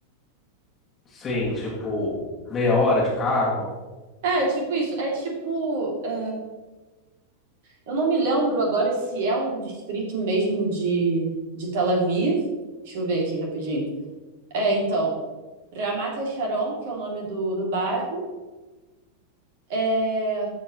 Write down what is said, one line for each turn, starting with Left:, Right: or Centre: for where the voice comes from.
Left: Sim, tipo, meia hora de carro?
Right: É, tipo isso. É tipo. é, eu não me lembro agora se é um distrito mesmo de, de Tel Aviv. Deixa eu ver aqui rapidinho. É, então, Ramat Sharon, que é o nome do, do bairro, é,